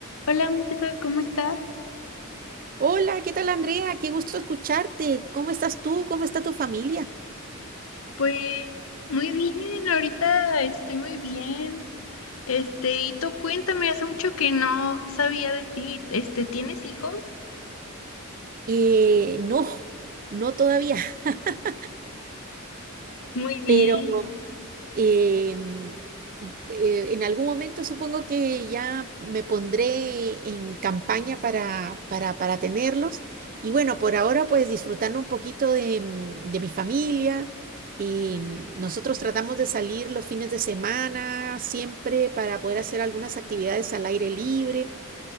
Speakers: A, on the left; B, on the right.
A: Hola, Montserrat, ¿cómo estás?
B: Hola, ¿qué tal Andrea? Qué gusto escucharte. ¿Cómo estás tú? ¿Cómo está tu familia?
A: Pues muy bien, ahorita estoy muy bien. Este, y tú cuéntame, hace mucho que no sabía de ti. Este, ¿tienes hijos?
B: Eh, no, no todavía, <laughs>
A: Muy bien.
B: pero eh, mm, eh, en algún momento supongo que ya me pondré en campaña para, para, para tenerlos. Y bueno, por ahora pues disfrutando un poquito de, mm, de mi familia. Y mm, nosotros tratamos de salir los fines de semana siempre para poder hacer algunas actividades al aire libre.